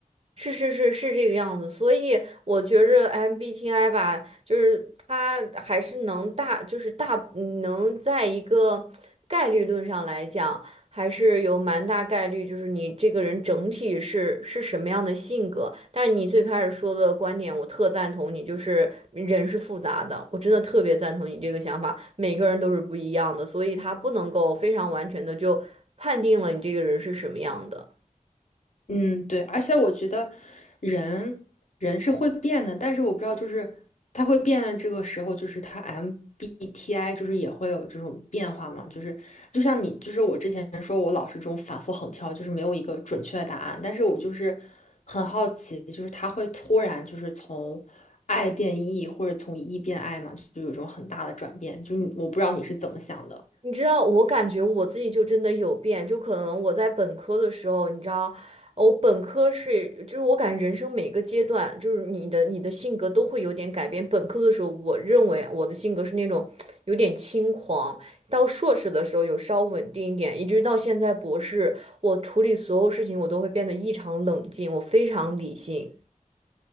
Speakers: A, on the right; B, on the left.
A: 是是是是这个样子，所以我觉着 MBTI 吧，就是它还是能大，就是大嗯能在一个概率论上来讲，还是有蛮大概率，就是你这个人整体是是什么样的性格。但是你最开始说的观点，我特赞同你，就是人是复杂的，我真的特别赞同你这个想法，每个人都是不一样的，所以他不能够非常完全的就判定了你这个人是什么样的。
B: 嗯，对，而且我觉得人人是会变的，但是我不知道，就是他会变的这个时候，就是他 MBTI 就是也会有这种变化嘛，就是就像你，就是我之前说我老是这种反复横跳，就是没有一个准确的答案，但是我就是很好奇，就是他会突然就是从爱变 E 或者从 E 变 I 嘛，就有一种很大的转变，就是你我不知道你是怎么想的。
A: 你知道，我感觉我自己就真的有变，就可能我在本科的时候，你知道，我本科是，就是我感觉人生每个阶段，就是你的你的性格都会有点改变。本科的时候，我认为我的性格是那种 <tsk> 有点轻狂，到硕士的时候有稍稳定一点，一直到现在博士，我处理所有事情我都会变得异常冷静，我非常理性。